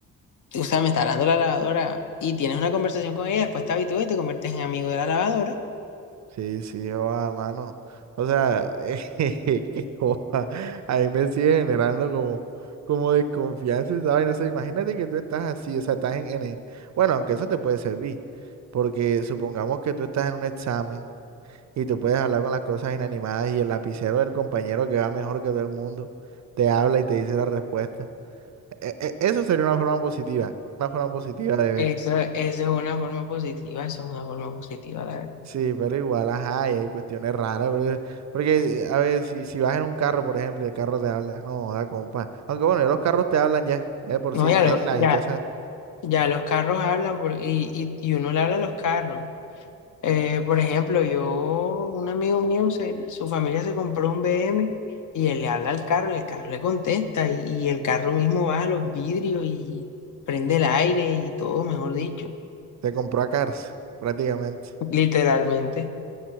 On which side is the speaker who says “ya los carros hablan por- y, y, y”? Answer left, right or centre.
Left